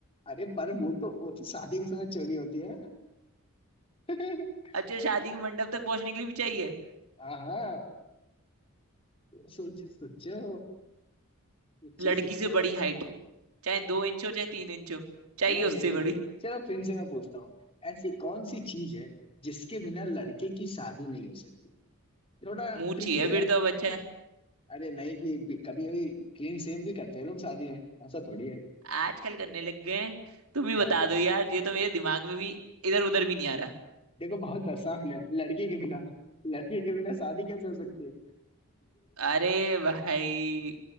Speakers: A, on the left; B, on the right.
A: अरे पर वो तो वो तो शादी के समय चोरी होती है ना <laughs>
B: अच्छा शादी के मंडप तक पहुंचने के लिए भी चाहिए
A: हाँ सोचो सोचो सोचो
B: लड़की
A: सोचो
B: से बड़ी हाइट चाहे दो इंच हो चाहे तीन इंच हो चाहिए
A: नहीं
B: उससे
A: नहीं
B: बड़ी
A: चलो फिर से मैं पूछता हूँ ऐसी कौन सी चीज है जिसके बिना लड़के की शादी नहीं हो सकती थोड़ा
B: मुंह
A: ट्रिकी
B: चाहिए
A: है
B: फिर तो बच्चा है
A: अरे नहीं कि कभी कभी क्लीन शेव भी करते हैं लोग शादी में ऐसा थोड़ी है
B: आजकल करने लग गए हैं। तुम ही बता
A: हाँ
B: दो यार ये तो मेरे दिमाग में भी इधर उधर भी नहीं आ रहा
A: देखो बहुत आसान है लड़की के बिना लड़की के बिना शादी कैसे हो सकती है
B: अरे भाई